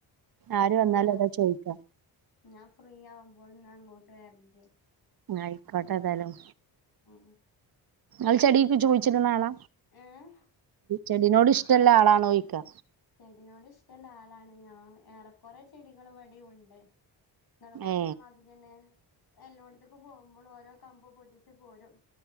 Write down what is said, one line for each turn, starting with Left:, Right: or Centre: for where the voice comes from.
Left: ഞാൻ
Right: ആര്
Left: ഫ്രീയാ
Right: വന്നാലു അതാ ചോയ്ക്കാ
Left: ഞാൻ ഫ്രീ ആവുമ്പോഴ് ന്നാ അങ്ങോട്ട് വരന്റ്
Right: ആയിക്കോട്ടെ ഏതായാലും
Left: ഉം ഉം
Right: ഇങ്ങളെ ചെടിക്ക്ജ്ജ് കുയിച്ചിട്നാള
Left: ഏഹ്
Right: ചെടിനോട് ഇഷ്ടള്ള ആളാണോ ചോയ്ക്ക
Left: ചെടിനോട് ഇഷ്ടള്ള ആളാണ് ഞാൻ ഏറെക്കുറെ ചെടികളും ഇവടും ഉണ്ട് ഇങ്ങള് പറഞ്ഞാ
Right: ഏ
Left: മതിരെന്നെ എല്ലടോത്തേക്ക് പോകുമ്പോളോ ഓരോ കമ്പ് പൊട്ടിച്ചു പോരും